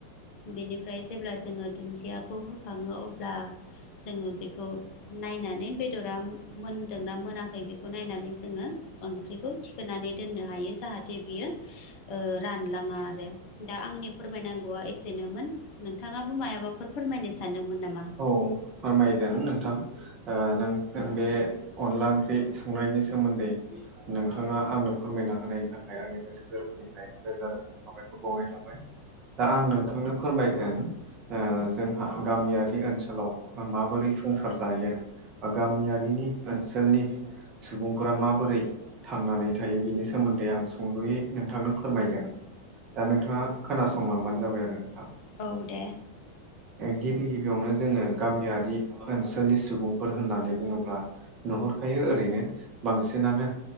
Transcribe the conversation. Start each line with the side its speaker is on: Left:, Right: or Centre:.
Left: बेनिफ्राय जेब्ला जोङो दुन्दियाखौ होखाङो अब्ला। जोङो बेखौ नायनानै बेदरा मोनदोंना मोनाखै बेखौ नायनानै जोङो। ओंख्रिखौ थिखोनानै दोननो हायो जाहाथे बियो। ओ रानलाङा आरो दा आंनि फोरमायनांगौआ एसेनोमोन नोंथाङाबो मायाबाफोर फोरमायनो सानदोंमोन नामा?
Right: औ फोरमायगोन नोंथां नों
Left: औ
Right: बे अनला ओंख्रि संनायनि सोमोन्दै। नोंथाङा आंनो फोरमायना होनायनि थाखाय आंनि गोसो गोरबोनिफ्राय रोजा रोजा साबायखर बावनाय थाबाय। दा आं नोंथांनो फोरमायगोन जोंहा गामियारि ओनसोलाव माबोरै संसार जायो बा गामियारिनि ओनसोलनि सुबुंफोरा माब बोरै थांनानै थायो बिनि सोमोन्दै आं सुंद'यै नोंथांनो फोरमायगोन। दा नोंथाङा खोनासंलांबानो जाबाय आरो नोंथां।
Left: औ दा नोंथाङा खोनासंलांबानो थाबाय औ दे
Right: गिबि गिबियावनो जोङो गामियारि ओनसोलनि सुबुं फोर होननानै बुङोब्ला नुहुरखायो ओरैनो बांसिनानो